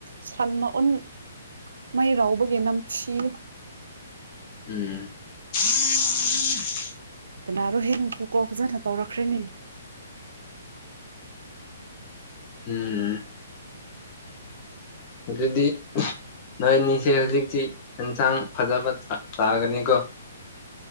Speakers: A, on the right (about 90°); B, on the left (about 20°).
A: ꯁꯜꯃ ꯑꯣ <unintelligible> ꯃꯩꯔꯎꯕꯒꯤ ꯅꯝꯊ
B: ꯎꯝ <unintelligible>
A: ꯀꯅꯥꯔꯣ ꯍꯦꯟꯅꯨꯁꯨ ꯀꯣ ꯐꯖꯅ ꯇꯧꯔꯛꯈ꯭ꯔꯦꯅꯦ
B: ꯎꯝ ꯑꯗꯨꯗꯤ ꯅꯣꯏ ꯑꯅꯤꯁꯦ ꯍꯧꯖꯤꯛꯁꯤ ꯌꯦꯟꯁꯥꯡ ꯐꯖ ꯐ ꯆꯥꯒꯅꯤ ꯀꯣ